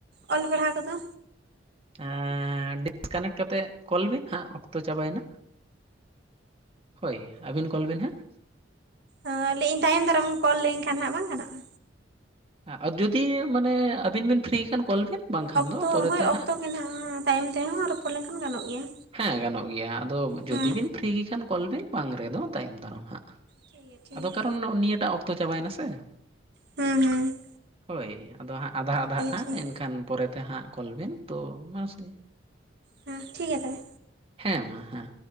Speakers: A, on the right; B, on the right.
A: ᱚᱞ ᱯᱟᱲᱦᱟᱣ ᱠᱚᱫᱚ?
B: ᱟ ᱰᱤᱥ ᱠᱟᱱᱮᱠᱴ ᱠᱟᱛᱮᱫ ᱠᱚᱞ ᱵᱤᱱ, ᱦᱟᱸᱜ ᱚᱠᱛᱚ ᱪᱟᱵᱟᱭᱮᱱᱟ᱾ ᱦᱳᱭ ᱟᱹᱵᱤᱱ ᱠᱚᱞ ᱵᱤᱱ ᱦᱟᱸᱜ
A: ᱚ ᱞᱟᱹᱭᱤᱧ ᱛᱟᱭᱚᱢ ᱫᱟᱨᱟᱢ ᱠᱚᱞ ᱞᱮᱱᱠᱷᱟᱱ, ᱦᱟᱸᱜ ᱵᱟᱝ ᱜᱟᱱᱚᱜᱼᱟ?
B: ᱟᱨ ᱡᱩᱫᱤ ᱢᱟᱱᱮ ᱟᱹᱵᱤᱱ ᱵᱤᱱ ᱯᱷᱨᱤᱤ ᱠᱷᱟᱱ ᱠᱚᱞ ᱵᱤᱱ? ᱵᱟᱝᱠᱷᱟᱱ
A: ᱚᱠᱛᱚ
B: ᱫᱚ ᱯᱚᱨᱮᱛᱮ
A: ᱦᱳᱭ
B: ᱦᱟᱸᱜ
A: ᱚᱠᱛᱚ ᱜᱮ ᱱᱟᱦᱟᱜ, ᱛᱟᱭᱚᱢ ᱛᱮᱦᱚᱸ ᱨᱚᱯᱚᱲ ᱞᱮᱱᱠᱷᱟᱱ ᱜᱟᱱᱚᱜ ᱜᱮᱭ-ᱟ᱾
B: ᱦᱮᱸ ᱜᱟᱱᱚᱜ ᱜᱮᱭᱟ, ᱟᱫᱚ ᱡᱩᱫᱤ
A: ᱦᱮᱸ
B: ᱵᱤᱱ ᱯᱷᱨᱤ ᱜᱮ ᱠᱷᱟᱱ ᱠᱚᱞ ᱵᱤᱱ ᱾ ᱵᱟᱝ ᱨᱮᱫᱚ ᱛᱟᱭᱚᱢ ᱫᱟᱨᱟᱢ ᱦᱟᱸᱜ
A: ᱴᱷᱤᱠ ᱜᱮᱭᱟ ᱴᱷᱤᱠ
B: ᱟᱫᱚ
A: ᱜᱮᱭᱟ
B: ᱠᱟᱨᱚᱱ ᱱᱤᱭᱟᱹᱴᱟᱜ ᱚᱠᱛᱚ ᱪᱟᱵᱟᱭᱱᱟ ᱥᱮ ᱾
A: ᱦᱩᱸ ᱦᱩᱸ ᱾
B: ᱦᱳᱭ ᱟᱫᱚ ᱦᱟᱸᱜ ᱟᱫᱽᱷᱟ - ᱟᱫᱽᱟᱜᱼᱟ᱾
A: ᱴᱷᱤᱠ ᱜᱮᱭᱟ
B: ᱮᱱᱠᱷᱟᱱ ᱯᱚᱨᱮᱛᱮ ᱦᱟᱸᱜ ᱠᱚᱞ ᱵᱤᱱ, ᱛᱚ ᱢᱟᱥ ᱜᱮ
A: ᱦᱮᱸ ᱴᱷᱤᱠ ᱜᱮᱭᱟ ᱛᱚᱵᱮ᱾
B: ᱦᱮᱸ ᱢᱟ ᱦᱮᱸ